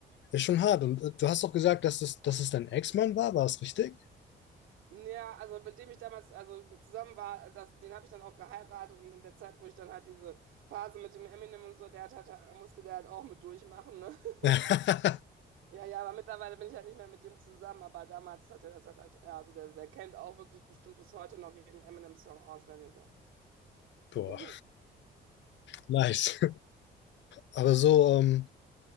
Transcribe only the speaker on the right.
Ja, also mit dem ich damals also zusammen war, das, den habe ich dann auch geheiratet und in der Zeit, wo ich dann halt diese Phase mit dem Eminem und so, der hat, hat, musste der halt auch mit durchmachen, ne?
<laughs> Ja, ja, aber mittlerweile bin ich halt nicht mehr mit dem zusammen, aber damals hat er das halt, halt ja, also der, der kennt auch wirklich bestimmt bis heute noch jeden Eminem-Song auswendig, ja.
Mhm.